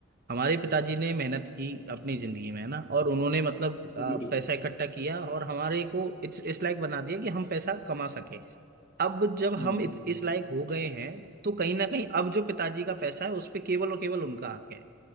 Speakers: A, on the right; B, on the left.
A: हमारे पिताजी ने मेहनत की अपनी जिंदगी में है ना और उन्होंने मतलब आ,
B: बिल्कुल
A: पैसा इकट्ठा किया और हमारे को इस, इस लायक बना दिया कि हम पैसा कमा सके अब जब
B: हम्म
A: हम
B: हम्म,
A: इत, इस लायक हो गए हैं तो कहीं ना कहीं अब जो पिताजी का पैसा है उस पे केवल और केवल उनका हक है